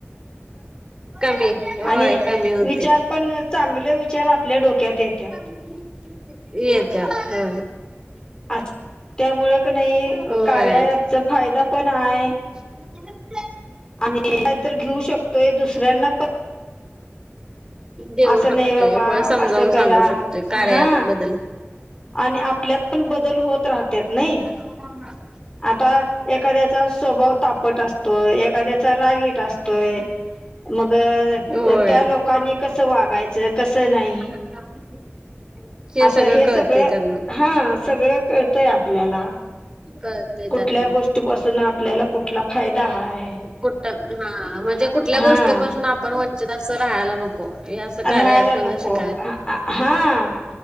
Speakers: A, on the right; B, on the left.
A: कमी, होय
B: आणि
A: कमी होते.
B: विचार पण चांगले विचार आपल्या डोक्यात येत्यात.
A: हे येत्या हो.
B: असं त्यामुळं क नई
A: होय
B: कार्या अँप चा फायदा पण आहे.
A: <inaudible>
B: आणि तर घेऊ शकतोय दुसऱ्यांना पण
A: देऊ
B: असं
A: शकतोय,
B: नाही बाबा
A: होय समजावून
B: असं करा
A: सांगू शकतोय कार्या
B: हा
A: अँप बद्दल
B: आणि आपल्यात पण बदल होत राहत्यात नही
A: ह ह <unintelligible>
B: आता एखाद्याचा स्वभाव तापट असतोय, एखाद्याचा रागीट असतोय, मग अ
A: होय
B: त्या लोकांनी कसं वागायचं, कसं नाही
A: <inaudible> हे
B: असं
A: सगळं कळते त्यांना
B: हा सगळं कळतंय आपल्याला
A: क- - त्यात
B: कुठल्या
A: म
B: गोष्टीपासून आपल्याला कुठला फायदा हाय
A: होतात हा म्हणजे कुठल्या
B: हा
A: गोष्टीपासून आपण वंचित असं राहायला नको, हे असं
B: राहायला
A: कार्य अँप
B: नको
A: मधुन शिक
B: हा,